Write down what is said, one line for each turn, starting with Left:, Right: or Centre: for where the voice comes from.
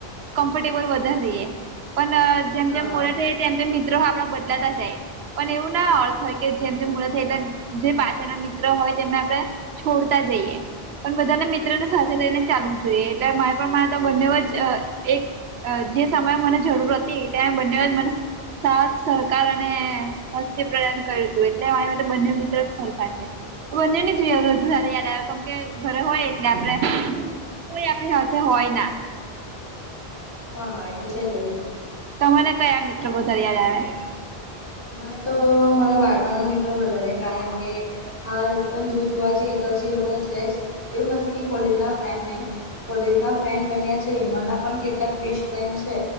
Right: કમફર્ટેબલ વધારે રહીએ પણ જેમ
Left: હા
Right: જેમ.
Left: હા
Right: તેમ તેમ મિત્રો આપડા બદલાતા જાય. પણ એવું ના અર્થ હોય કે જેમ જેમ મળતા જે પાછળ ના મિત્રો. હોય તેમને આપણે છોડતા જઈએ પણ બધાને મિત્રને સાથે લઈને ચાલવું. જોએ એટલે મારે પ્રમાણે તો બંનેવ જ એક. જે સમયે મને જરૂર હતી ત્યારે બંનેવ મને. સાથ સહકાર અને હસ્તી પ્રદાન કર્યું હતું એટલે અરી માટે બંને મિત્ર જ સરખા છે. બંને ન જોઈએ બધું યાદ આવે કેમ કે ઘરે હોય એટલે આપડે. કોઈ આપણી સાથે હોય ના.
Left: હા હા એ તો છે જ વરી.
Right: તમને કયા મિત્ર વધારે યાદ આવે.
Left: મને તો મારા બાળપના મિત્ર વધારે કારણ કે. હાલ પણ જો જોવા જઈએ તો હજી લોકો તો છે જ એવું નથી કે કોલેજ ના ફ્રેન્ડ નહી. કોલેજ માં ફ્રેન્ડ બન્યા છે એમા ના પણ કેટલાક બેસ્ટ ફ્રેન્ડ છે.